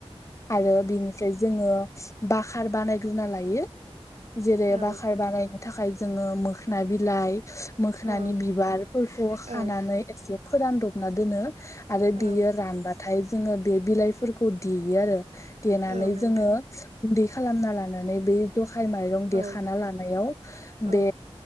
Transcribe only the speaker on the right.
औ
औ
औ
औ
औ नोंथां
औ
औ